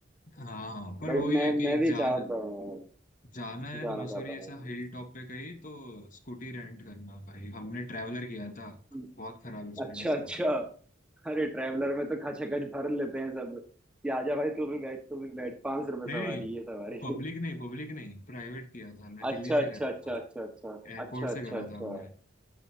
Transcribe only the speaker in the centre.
बट
मैं
मैं
भी
चाहता हूँ
जाना
चाहता हूँ
मैं
भी
अच्छा अच्छा
अरे ट्रैवलर में तो खचाखच भर लेते हैं सब कि आजा भाई तू भी बैठ तू भी बैठ पांच रुपए
सवारी
ये सवारी
अच्छा
अच्छा
अच्छा
अच्छा अच्छा
अच्छा अच्छा
अच्छा